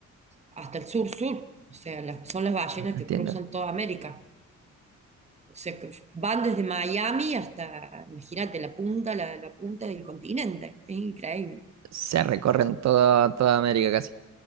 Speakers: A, on the right (about 20°); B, on the right (about 60°).
A: hasta el sur-sur. O sea, las- son las ballenas
B: Ah,
A: que
B: Entiendo.
A: cruzan toda América. O sea, que van desde Miami hasta, imagínate, la punta, la, la punta del continente. Es increíble.
B: Se recorren toda toda América casi.